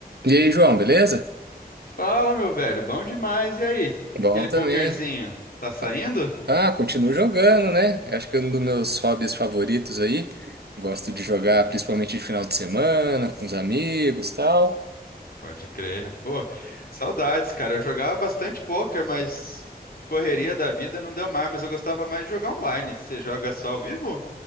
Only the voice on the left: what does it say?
Fala, meu velho, bom demais. E aí?
Aquele
pokerzinho, tá saindo?
É,
pode crer. Pô, saudades, cara. Eu jogava bastante poker, mas correria da vida não deu mais, mas eu gostava mais de jogar online. Você joga só ao vivo?